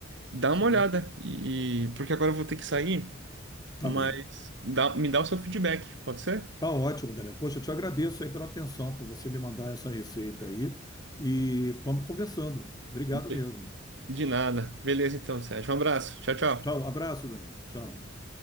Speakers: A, on the right (about 65°); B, on the left (about 20°).
A: dá
B: sim.
A: uma olhada. E, porque agora eu vou ter que sair,
B: Tá
A: mas
B: bem.
A: dá- me dá o seu feedback, pode ser?
B: Tá ótimo, Daniel. Poxa, eu te agradeço aí pela atenção, por você me mandar essa receita aí. E vamos conversando. Obrigado
A: De
B: mesmo.
A: de nada. Beleza, então, Sérgio. Um abraço. Tchau, tchau.
B: Tchau, abraço, Daniel. Tchau.